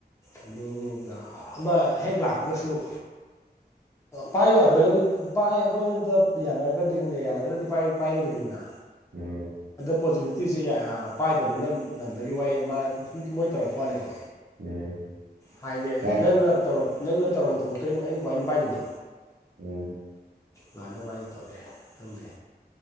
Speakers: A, on the left; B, on the right.
A: ꯑꯗꯨꯒ ꯑꯃ ꯍꯦꯛ ꯂꯥꯛ ꯁꯣ
B: <unintelligible>
A: ꯄꯥꯏꯌꯨ ꯌꯥꯗ꯭ꯔꯒꯗꯤ ꯄꯥꯏ ꯃꯣꯏꯗ ꯌꯥꯅꯔꯒꯗꯤ ꯈꯪꯗꯦ ꯌꯥꯅꯗ꯭ꯔꯒꯗꯤ ꯄꯥꯏꯔꯣꯏꯗꯣꯏꯅꯤꯅ
B: ꯎꯝ
A: ꯄꯣꯖꯤꯕꯤꯂꯤꯇꯤꯁꯦ ꯄꯥꯏꯗꯕꯅ ꯅꯝꯕꯒꯤ ꯋꯥꯏ ꯃꯥ ꯁꯨꯝ ꯃꯣꯏꯅ ꯇꯧꯔꯛꯄ ꯋꯥꯅꯤꯀꯣ
B: ꯎꯝ
A: ꯍꯥꯏꯗꯤꯦ
B: ꯀꯥꯏ
A: ꯅꯪ ꯉꯥꯞꯇꯧꯔꯣ ꯅꯪꯅ ꯇꯧꯔꯝꯕ ꯊꯕꯛꯇꯩꯅꯣ ꯑꯩꯅ ꯀꯃꯥꯏꯅ ꯄꯥꯏꯗꯅꯣ
B: ꯎꯝ
A: ꯂꯥꯟꯅꯕ ꯋꯥꯔꯤꯒ ꯇꯧꯔꯦ ꯈꯪꯗꯦ